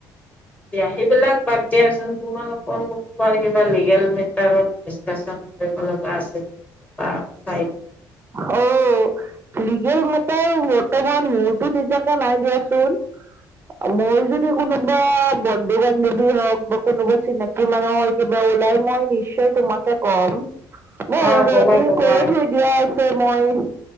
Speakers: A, on the left (about 15°); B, on the right (about 25°).
A: এতিয়া সেইবিলাক বাদ দিয়াচোন তোমালোকৰ মই কিবা লিগেল মেটাৰত ডিচকাচন কৰিব লগা আছে তাৰ ঠাইত
B: অ, লিগেল মেটাৰ বৰ্তমান মোৰতো নিজকে নাই দিয়াচোন। আৰু মোৰ যদি কোনোবা বন্ধু বান্ধৱী হওক বা কোনোবা চিনাকি মানুৰ হয় কিবা লাই মই নিশ্চয় তোমাকে কম মই
A: অ
B: অলৰেডি
A: কবা কবা
B: কৈ থৈ দিয়া আ- মই'